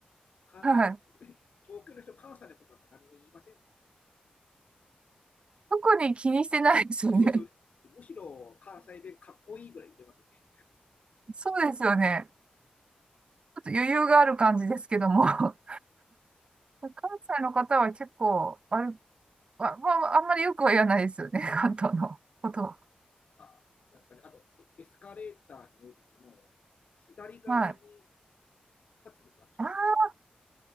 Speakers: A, on the left; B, on the right.
A: 関西の、
B: はい。
A: 東京の人、関西のことなんか何も言いませんもんね。
B: 特に気にしてないですよね。
A: そうそう。むしろ関西弁かっこいいぐらい言ってますよね。
B: <laughs> そうですよね。ちょっと余裕がある感じですけども。
A: うん。
B: <laughs> 関西の方は結構、あれ、まあ、まあ、あんまりよくは言わないですよね、関東のことを。
A: なんか、なんですかね。あと、エスカレーターに乗るときも、左側に
B: はい。
A: 立つんですよ、あの人たち。
B: あ